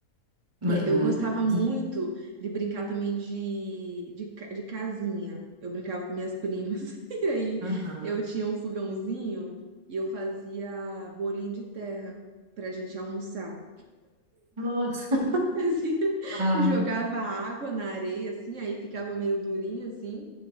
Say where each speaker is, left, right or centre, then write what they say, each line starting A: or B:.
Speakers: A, on the right; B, on the right.
A: Mas,
B: É,
A: não,
B: eu gostava
A: muita
B: muito
A: coisa.
B: de brincar também de, de, ca- de casinha. Eu brincava com minhas primas. <laughs> E aí
A: Aham.
B: eu tinha um fogãozinho e eu fazia bolinho de terra pra gente almoçar.
A: Nossa,
B: <laughs> Fazia-
A: <laughs> ai.
B: jogava água na areia, assim, aí ficava meio durinho, assim.